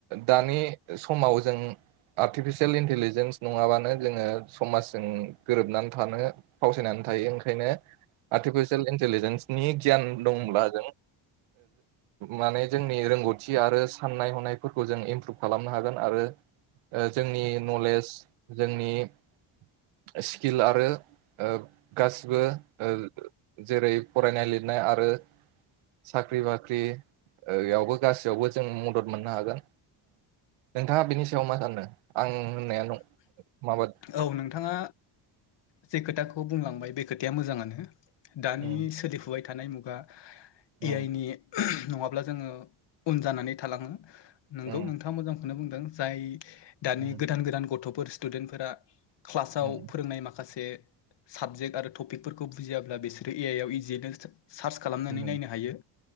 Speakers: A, on the right; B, on the left.
A: दानि समाव जों आर्टिफिसियेल इन्टलिजेन्स नङाबानो जोङो समाजजों गोरोबनानै थानो फावसायनानै थायो ओंखायनो आर्टिफिसियेल इन्टिलिजेन्सनि गियान दंब्ला जों माने जोंनि रोंगौथि थि आरो साननाय हनायफोरखौ जों इमप्रुभ खालामनो हागोन आरो जोंनि नलेज जोंनि <inaudible> स्किल आरो ओ गासिबो ओ जेरै फरायनाय लिरनाय आरो साख्रि बाख्रि ओ बेयावबो गासैयावबो जों मदद मोननो हागोन। नोंथाङा बेनि सायाव मा सानो? आं होननाया माबादि
B: औ नोंथाङा जे खोथाखौ बुंलांबाय बे खोथाया मोजाङानो दानि
A: उम
B: सोलिफुबाय थानाय मुगा ए
A: उम
B: आइ नि नङाब्ला जोङो उन जानानै थालाङो नोंगौ
A: उम
B: नोंथाङा मोजांखौनो बुंदों जाय दानि
A: उम
B: गोदान गोदान गथ'फोर स्टुदेन्टफोरा क्लासाव
A: उम
B: फोरोंनाय माखासे साबजेक्ट आरो टपिकफोरखौ बुजियाब्ला बिसोरो ए आइ आव इजियनो सार्च खालामनानै
A: उम
B: नायनो हायो